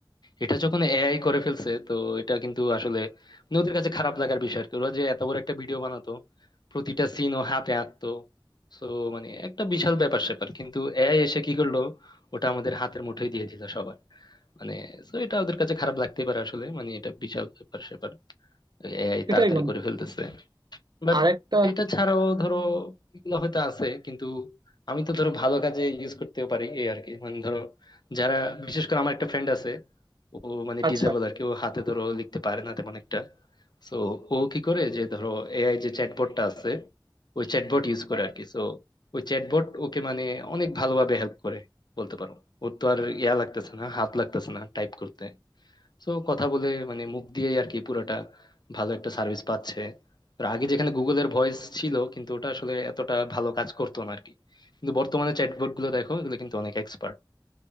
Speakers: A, on the left; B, on the right.
A: এটা যখন এআই করে ফেলছে তো এটা কিন্তু আসলে মানে ওদের কাছে খারাপ লাগার বিষয় আর কি। ওরা যে এত বড় একটা ভিডিও বানাতো প্রতিটা সিন ও হাতে আঁকতো তো মানে একটা বিশাল ব্যাপার স্যাপার কিন্তু এআই এসে কি করলো ওটা আমাদের হাতের মুঠোয় দিয়ে দিল সবার মানে তো এটা ওদের কাছে খারাপ লাগতেই পারে আসলে মানে এটা বিশাল ব্যাপার স্যাপার এআই
B: সেটাই
A: তাড়াতাড়ি
B: বন্ধু
A: করে ফেলতেছে বাট
B: আরেকটা
A: এটা ছাড়াও ধরো এগুলো হয়তো আছে কিন্তু আমি তো ধরো ভালো কাজে ইউজ করতেও পারি এই আর কি মানে ধরো যারা বিশেষ করে আমার একটা ফ্রেন্ড আছে ও মানে
B: আচ্ছা
A: ডিজেবল আর কি ও হাতে ধরো লিখতে পারে না তেমন একটা সো ও কি করে যে ধরো এআই যে চ্যাটবটটা আছে ওই চ্যাটবট ইউজ করে আর কি সো ওই চ্যাটবট ওকে মানে অনেক ভালোভাবে হেল্প করে বলতে পারো ওর তো আর ইয়া লাগতেছে না হাত লাগতেছে না টাইপ করতে সো কথা বলে মানে মুখ দিয়েই আর কি পুরোটা ভালো একটা সার্ভিস পাচ্ছে আর আগে যেখানে গুগলের ভয়েস ছিল কিন্তু ওটা আসলে এতটা ভালো কাজ করতো না আর কি কিন্তু বর্তমানে চ্যাটবট গুলো দেখো এগুলো কিন্তু অনেক এক্সপার্ট